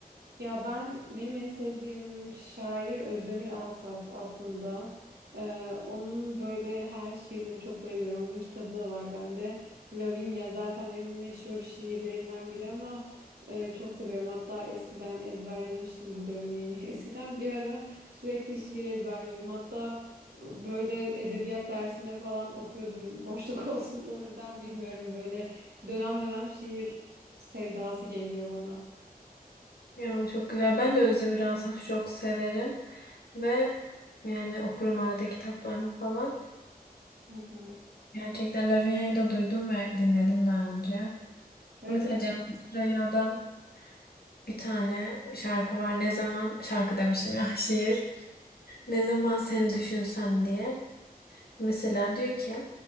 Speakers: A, on the right (about 80°); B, on the left (about 75°).
A: Ya ben benim en sevdiğim şair Özdemir Asaf aslında. Ee, onun böyle her şiirine çok bayılıyorum. Onun kitabı da var bende. Lavinia zaten en meşhur şiirlerinden biri ama e, çok seviyorum. Hatta eskiden ezberlemiştim bu Lavinia'yı. <laughs> Eskiden bir ara sürekli şiir ezberliyordum. Hatta e, böyle edebiyat dersinde falan okuyordum. Boşluk <laughs> olsun da neden bilmiyorum. Böyle dönem dönem şiir sevdası geliyor bana.
B: Ya çok güzel. Ben de Özdemir Asaf'ı çok severim. Ve yani okurum arada kitaplarını falan.
A: Hı hı.
B: Gerçekten Lavinia'yı da duydum ve dinledim daha önce.
A: Evet,
B: Mesela
A: evet.
B: Cem Süreyya'dan bir tane şarkı var. Ne zaman şarkı demiştim ya <laughs> şiir. Ne zaman seni düşünsem diye. Mesela diyor ki